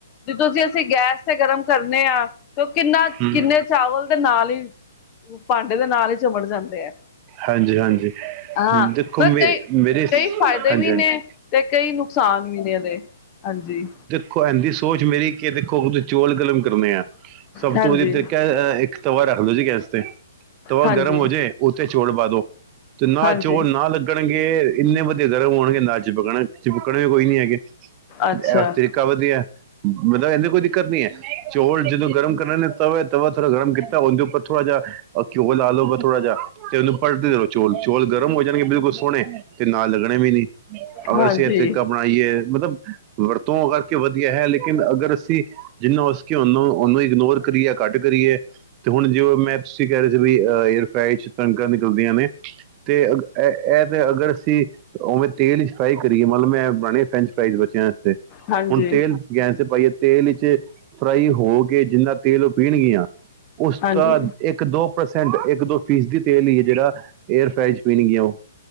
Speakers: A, on the left; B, on the right.
A: ਜਦੋਂ ਤੁਸੀ ਅਸੀ ਗੈਸ ਤੇ ਗਰਮ ਕਰਨੇ ਆਂ ਤੇ ਓ ਕਿੰਨਾ
B: ਹੂੰ,
A: ਕਿੰਨੇ ਚਾਵਲ ਤੇ ਨਾਲ ਈ, ਭਾਂਡੇ ਦੇ ਨਾਲ ਈ ਚਮੜ ਜਾਂਦੇ ਐ।
B: ਹਾਂਜੀ-ਹਾਂਜੀ।
A: ਆਂ
B: ਦੇਖੋ
A: ਪਰ
B: ਮੇ
A: ਕਈ,
B: ਮੇਰੇ
A: ਕਈ ਫਾਇਦੇ
B: ਹਾਂਜੀ-ਹਾਂਜੀ,
A: ਵੀ ਨੇ ਤੇ ਕਈ ਨੁਕਸਾਨ ਵੀ ਨੇ ਏਦੇ। ਹਾਂਜੀ।
B: ਖੋ ਐੰਦੀ ਸੋਚ ਮੇਰੀ ਕੀ ਐ ਦੇਖੋ ਹੁਨ ਜੇ ਚੋਲ ਗਲਮ ਕਰਨੇ ਆਂ, ਸਭ
A: ਹਾਂਜੀ
B: ਤੋਂ ਵਧੀਆ ਤਰੀਕਾ ਐ, ਐ-ਐ ਇੱਕ ਤਵਾ ਰੱਖ ਦੋ ਜੀ ਗੈਸ ਤੇ, ਤਵਾ
A: ਹਾਂਜੀ
B: ਗਰਮ ਹੋਜੇ ਓਥੇ ਚੋਲ ਪਾ ਦੋ ਤੇ ਨਾ
A: ਹਾਂਜੀ
B: ਚੋਲ ਨਾਲ ਲੱ ਗਨਗੇ, ਇੰਨੇ ਵਧੀਆ ਗਰਮ ਹੋਨਗੇ, ਨਾਲ ਚਿਪਕਨਾ, ਚਿਪਕਨੇ ਕੋਈ ਨੀ ਹੈਗੇ।
A: ਅੱਛਾ
B: ਐਸ ਤਰੀ ਕਾ ਵਧੀਐ। ਮਤਲਬ ਏਨੀ ਕੋਈ ਦਿੱਕਤ ਨੀ ਐ। ਚੋਲ ਜਦੋਂ ਗਰਮ ਕਰਨੇ ਨੇ ਤਵੇ ਤਵਾ ਥੋੜਾ ਗਰਮ ਕੀਤਾ ਓਂਦੇ ਉੱਪਰ ਥੋੜਾ ਜਿਆ ਆ ਘਿਓ ਲਾ ਲੋ ਫੇਰ ਥੋੜਾ ਜਾ। ਤੇ ਓਨੂੰ ਪਲਟਦੇ ਰਓ ਚੋਲ ਨੂੰ। ਚੋਲ ਗਰਮ ਹੋ ਜਾਨਗੇ, ਬਿਲਕੁਲ ਸੋਨੇ ਤੇ ਨਾਲ ਲੱਗਨੇ ਵੀ ਨੀ। ਅਗਰ
A: ਹਾਂਜੀ,
B: ਅਸੀ ਐ ਤਰੀਕਾ ਅਪ ਨਾਈਏ ਮਤਲਬ ਵਰਤੋਂ ਅ ਕਰਕੇ ਵਧੀਆ ਹੈ ਲੇਕਿਨ ਅਗਰ ਅਸੀ ਜਿੰਨਾ ਹੋ ਸਕੇ ਓਨੂੰ, ਓਨੂੰ ਇਗਨੋਰ ਕਰੀਏ ਯਾ ਘੱਟ ਕਰੀਏ ਤੇ ਹੁਣ ਜੇ ਓ ਮੈਂ ਤੁਸੀ ਕੈ ਰੇ ਸੀ ਵੀ ਅ ਏਅਰ ਫ੍ਰਾਏਅ 'ਚ ਕਨਕਾਂ ਨਿਕਲਦੀਆਂ ਨੇ ਤੇ ਅਗ ਐ ਐ ਤੇ ਅਗਰ ਅਸੀ ਓਵੇਂ ਤੇਲ ਇੱਚ ਫ੍ਰਾਈ ਕਰੀਏ ਮਤਲਬ ਮੈਂ ਬਨੇ ਫ੍ਰੈਂਚ ਫ੍ਰਾਈਜ਼ ਬੱਚਿਆਂ ਆਸਤੇ
A: ਹਾਂਜੀ,
B: ਹੁਨ ਤੇਲ ਗੈਸ ਤੇ ਪਾਈਏ ਤੇਲ ਇੱਚ ਫ੍ਰਾਈ ਹੋ ਕੇ ਜਿੰਨਾ ਤੇਲ ਓ ਪੀਨਗੀਆਂ, ਉਸ
A: ਹਾਂਜੀ,
B: ਦਾ ਏੱਕ-ਦੋ ਪਰਸੈਂਟ, ਏੱਕ-ਦੋ ਫੀਸਦੀ ਤੇਲ ਈ ਏ ਜੜਾ ਏਅਰ ਫ੍ਰਾਈ 'ਚ ਪੀਨਗੀਆਂ ਓ।